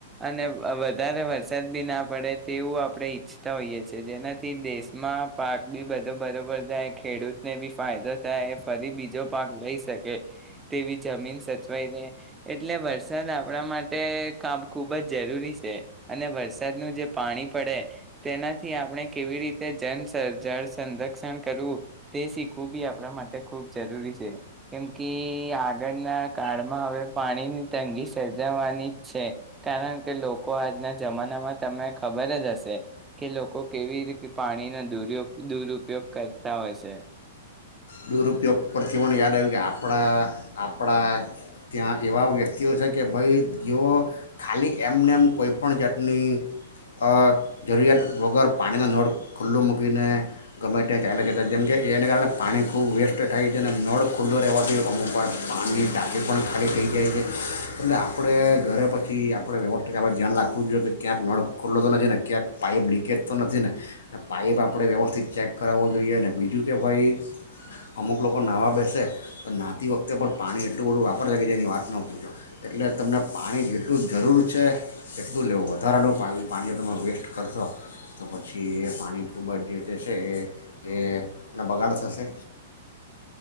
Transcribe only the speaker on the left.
દુરુઉપયોગ પરથી મને યાદ આવ્યું કે આપણા આપણા ત્યાં એવા વ્યક્તિઓ છે કે ભાઈ જેઓ ખાલી એમને એમ કોઈપણ જાતની અ જરૂરિયાત વગર પાણીનો નળ ખુલ્લો મૂકીને ગમે તેં ચાલ્યા જતા જેમ કે એને કારણે પાણી ખૂબ વેસ્ટ થાય છે અને નળ ખુલ્લો રહેવાથી અમુકવાર પાણીની ટાંકી પણ ખાલી થઈ જાય છે એટલે આપણે ઘરે પછી આપણે વ્યવસ્થિત આપણે ધ્યાન રાખવું જોઈએ કે ક્યાંક નળ ખુલ્લો તો નથી ને ક્યાંક પાઇપ લીકેજ તો નથી ને પાઇપ આપણે વ્યવસ્થિત ચેક કરાવવો જોઈએ અને બીજું કે ભાઈ અમુક લોકો નાહવા બેસે તો નાહતી વખતે પણ પાણી એટલું બધું વાપરશે કે જેની વાત ન પૂછો એટલે તમને પાણી જેટલું જરૂર છે એટલું લેવું વધારાનું પાણી પાણી જો તમે વેસ્ટ કરશો તો પછી એ પાણી ખૂબ જ જે છે એ એ અને બગાડ થશે